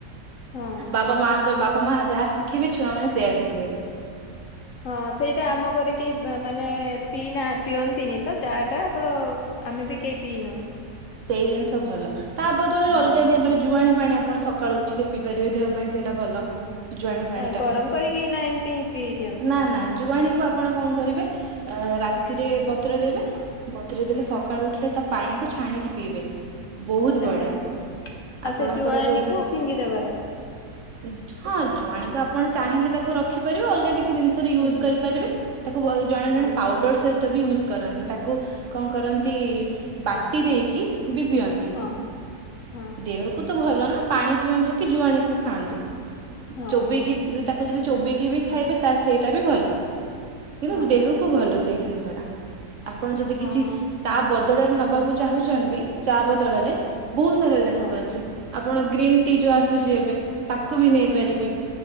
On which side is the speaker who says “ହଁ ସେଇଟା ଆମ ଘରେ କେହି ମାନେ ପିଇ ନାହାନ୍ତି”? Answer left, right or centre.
Left